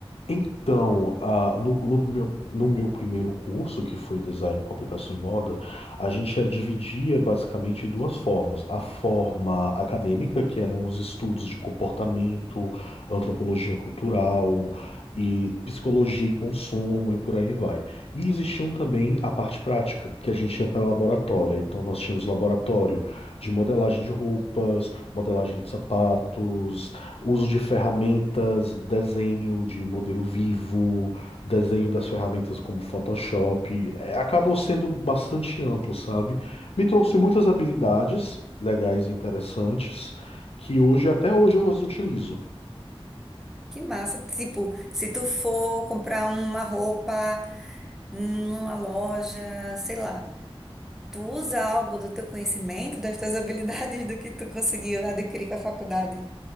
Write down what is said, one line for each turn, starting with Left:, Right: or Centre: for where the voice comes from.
Left: Então, ah, no, no meu, no meu primeiro curso, que foi Design, Comunicação e Moda, a gente era, dividia basicamente em duas formas. A forma acadêmica, que eram os estudos de comportamento, antropologia cultural e psicologia e consumo e por aí vai. E existiam também a parte prática, que a gente ia para o laboratório. Então, nós tínhamos laboratório de modelagem de roupas, modelagem de sapatos Uso de ferramentas, desenho de modelo vivo, desenho das ferramentas como Photoshop, é, acabou sendo bastante amplo, sabe? Me trouxe muitas habilidades legais e interessantes que hoje, até hoje, eu as utilizo.
Centre: Que massa! Tipo, se tu for comprar uma roupa numa loja, sei lá, tu usa algo do teu conhecimento, das tuas habilidades, do que tu conseguiu adquirir com a faculdade?